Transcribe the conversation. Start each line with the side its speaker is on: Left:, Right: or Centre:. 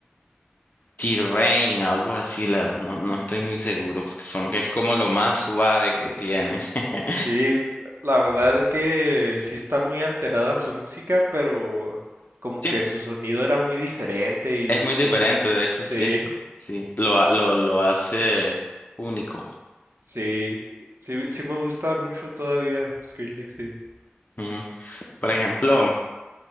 Left: Terrain, algo así, la, no, no estoy muy seguro, porque son que es como lo más suave que tiene. <laughs>
Right: sí, la verdad que sí está muy alterada su música, pero como
Left: Sí,
Right: que su sonido era muy diferente y,
Left: es muy diferente,
Right: y es-
Left: de hecho, sí
Right: sí,
Left: es, sí, lo, ha- lo, lo hace único.
Right: sí, sí, sí me gusta mucho todavía Skrillex, sí.
Left: Mm. Por ejemplo,